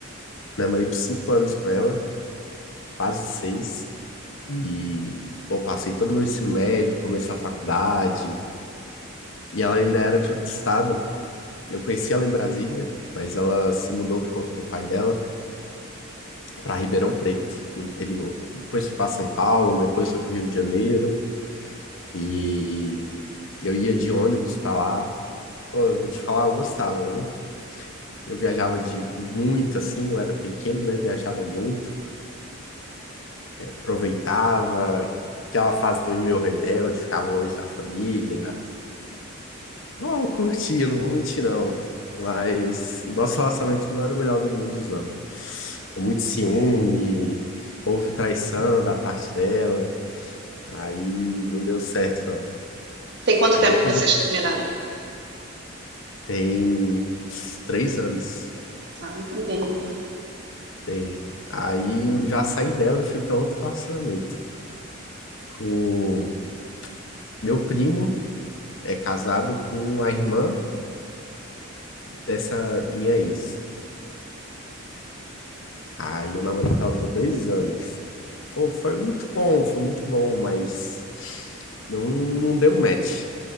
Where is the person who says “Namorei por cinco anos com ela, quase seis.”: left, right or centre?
Left